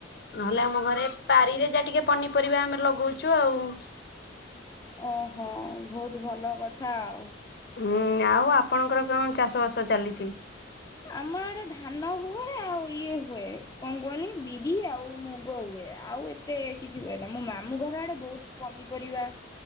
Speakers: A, on the left (about 55°); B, on the left (about 20°).
A: ନହେଲେ ଆମ ଘରେ ବାରିରେ ଯାହା ଟିକେ ପନିପରିବା ଆମେ ଲଗଉଛୁ ଆଉ।
B: ଓହୋ ବହୁତ ଭଲ କଥା ଆଉ।
A: ହୁଁ ଆଉ ଆପଣଙ୍କର କଣ ଚାଷ ବାସ ଚାଲିଛି?
B: ଆମ ଏଡେ ଧାନ ହୁଏ ଆଉ ଇଏ ହୁଏ। କଣ କହନି ବିରି ଆଉ ମୁଗ ହୁଏ ଆଉ ଏ ଏତେ କିଛି ହୁଏ ନା ମୋ ମାମୁଁ ଘର ଆଡେ ବହୁତ ପନିପରିବା